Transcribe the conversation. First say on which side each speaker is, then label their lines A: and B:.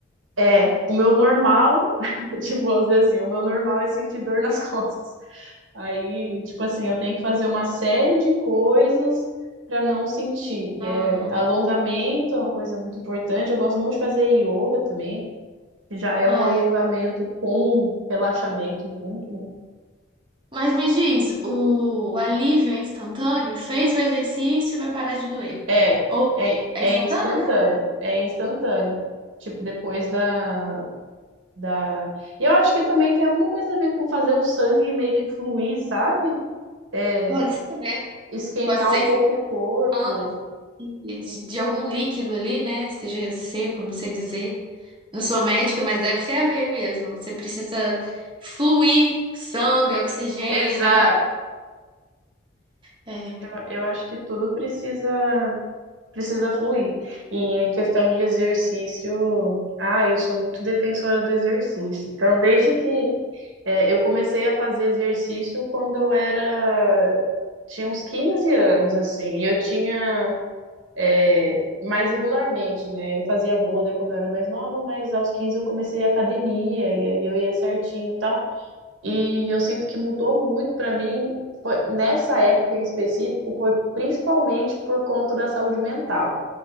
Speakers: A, on the right; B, on the right.
A: É, o meu normal, <laughs> tipo, vamos dizer assim, o meu normal é sentir dor nas <laughs> costas. Aí, tipo assim, eu tenho que fazer uma série de coisas para não sentir, que
B: Aham.
A: é alongamento, é uma coisa muito importante. Eu gosto muito de fazer yoga também. Já é
B: Ai,
A: um alongamento com relaxamento junto, né?
B: Mas me diz, o alívio é instantâneo? Fez o exercício, vai parar de doer.
A: É, é,
B: Ou
A: é,
B: é
A: é
B: instantâneo,
A: instantâneo,
B: cara?
A: é instantâneo. Tipo, depois da, da... E eu acho que também tem alguma coisa a ver com fazer o sangue meio que fluir, sabe? É,
B: Pode ser, né?
A: Esquentar
B: Pode ser
A: um pouco
B: que
A: o corpo.
B: falta de, de algum líquido ali, né? Esteja seco, não sei dizer. Não sou médica, mas deve ter a ver mesmo. Você precisa fluir sangue, oxigênio,
A: Exato.
B: naquela. É,
A: Eu, eu acho que tudo precisa, precisa fluir. E em questão de exercício, ah, eu sou muito defensora do exercício. Então, desde que É, eu comecei a fazer exercício quando eu era, tinha uns 15 anos, assim, e eu tinha, é, mais regularmente, né? Eu fazia vôlei quando eu era mais nova, mas aos 15 eu comecei a academia, e aí eu ia certinho e tal. E eu sinto que mudou muito pra mim, foi- nessa época em específico, foi principalmente por conta da saúde mental.